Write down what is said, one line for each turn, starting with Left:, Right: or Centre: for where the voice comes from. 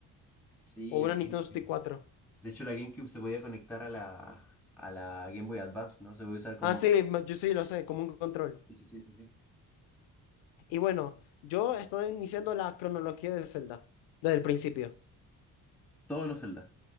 Centre: Sí,
Left: o una
Centre: la GameCube.
Left: Nintendo 64.
Centre: De hecho, la GameCube se podía conectar a la, a la Game Boy Advance, ¿no? Se podía usar como...
Left: Ah, sí, ma- yo sí lo sé, como un control.
Centre: Sí, sí, sí, sí. sí.
Left: Y bueno, yo estoy iniciando la cronología de Zelda desde el principio.
Centre: Todos los Zelda.